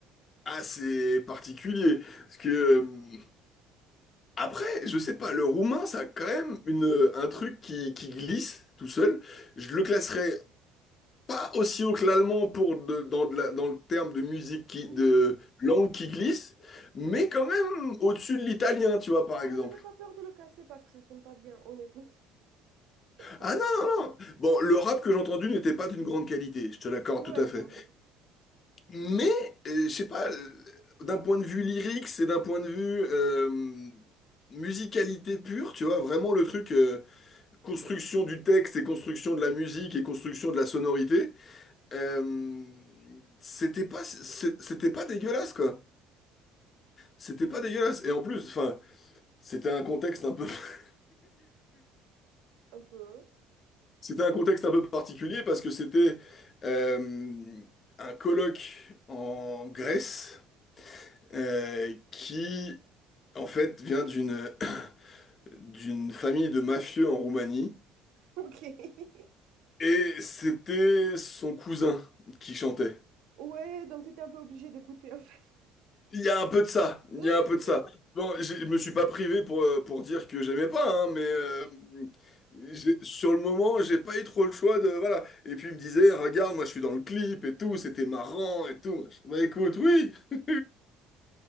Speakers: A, on the left; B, on the right.
A: Ah, c'est particulier. Parce que, euh, après, je sais pas, le roumain, ça a quand même une, un truc qui, qui glisse tout seul. Je le classerais pas aussi haut que l'allemand pour de- dans, de la- dans le terme de musique qui, de
B: Non,
A: langue qui glisse, mais quand même au-dessus de l'italien, tu vois, par exemple.
B: oui, mais n'aie pas peur de le casser parce que ça sonne pas bien, honnêtement. <laughs> Ça sonne-
A: Ah non, non, non. Bon, le rap que j'ai entendu n'était pas d'une grande qualité, je te l'accorde
B: pas. Ouais,
A: tout à fait.
B: bah oui,
A: Mais, euh, je sais pas, euh, d'un point de vue lyrique, c'est d'un point de vue euh, musicalité pure, tu vois, vraiment le truc, euh, construction du texte et construction de la musique et construction de la sonorité, euh, c'était pas, c'est- c'était pas dégueulasse, quoi. C'était pas dégueulasse. Et en plus, enfin, c'était un contexte un peu, <laughs>
B: un peu.
A: c'était un contexte un peu particulier parce que c'était euh, un colloque en Grèce euh, qui, en fait, vient d'une <laughs> <clears throat> d'une famille de mafieux en Roumanie
B: Ok. <laughs>
A: et c'était son cousin qui chantait.
B: Ouais, donc tu étais un peu obligée d'écouter en fait.
A: Il y a un peu de ça, il
B: <laughs> Oui.
A: y a un peu de ça. Bon, je je me suis pas privé pour, euh, pour dire que j'aimais pas, hein, mais euh, j'ai- sur le moment, j'ai pas eu trop le choix de... Voilà. Et puis il me disait, regarde, moi je suis dans le clip et tout, c'était marrant et tout. Bah écoute, oui, <laughs>